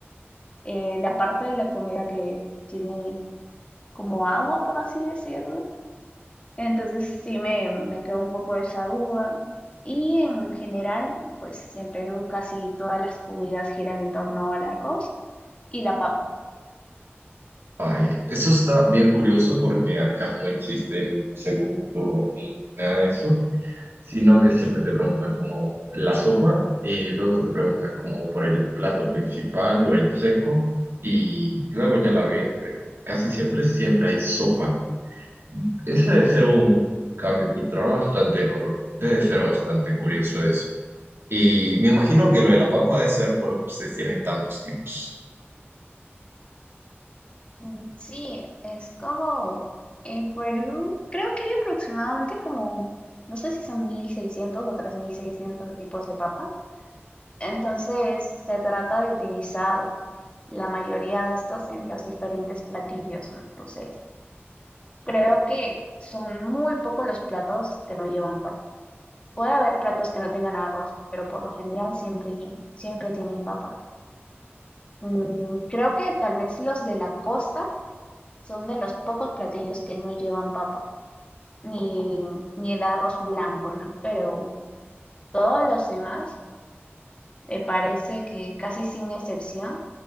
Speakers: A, on the left; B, on the right.
A: eh, la parte de la comida que tiene como agua, por así decirlo. Entonces sí me, me quedó un poco esa duda. Y en general, pues en Perú casi todas las comidas giran en torno al arroz y la papa.
B: Vaya, Eso está bien curioso porque acá no existen segundo ni nada de eso. sino que siempre te preguntan como la sopa, eh, luego te preguntan como por el plato principal o el seco, y luego ya la vida, pero casi siempre, siempre hay sopa. Ese debe ser un cambio cultural bastante enorme, debe ser bastante curioso eso. Y me imagino que lo de la papa debe ser por lo que ustedes tienen tantos tipos.
A: Mm, Sí, es como en Perú, creo que hay aproximadamente como, no sé si son 1600 o 3600 tipos de papa. Entonces, se trata de utilizar la mayoría de estos en los diferentes platillos. ¿no? Entonces, creo que son muy pocos los platos que no llevan papa. Puede haber platos que no tengan arroz, pero por lo general siempre, siempre tienen papa. Mm, creo que tal vez los de la costa son de los pocos platillos que no llevan papa. ni, ni el arroz blanco, ¿no? Pero todos los demás, me parece que casi sin excepción,